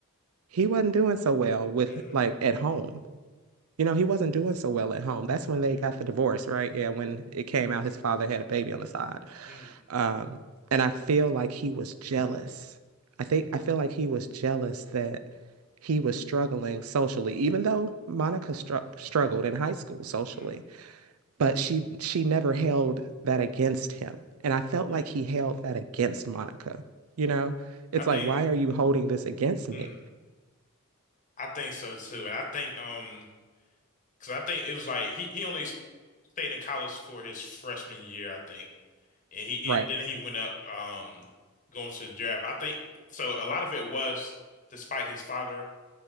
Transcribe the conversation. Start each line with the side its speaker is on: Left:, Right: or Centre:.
Right: he wasn't doing so well with
Left: Mm.
Right: like at home. You know, he wasn't doing so well at home. That's when
Left: Yeah.
Right: they got the divorce, right? Yeah, when it came out his father had a baby on the side.
Left: Mm.
Right: Um, and I feel like he was jealous. I think I feel like he was jealous that he was struggling socially, even though Monica str struggled in high school socially,
Left: Mm.
Right: but she she never held that against him. And I felt
Left: Yeah.
Right: like he held that against Monica. You know, it's
Left: I think
Right: like, why are you holding this against me?
Left: mm. I think so too. And I think um because I think it was like he he only stayed in college for his freshman year, I think. And he
Right: Right.
Left: and then he went up um going to the draft. I think so a lot of it was despite his father.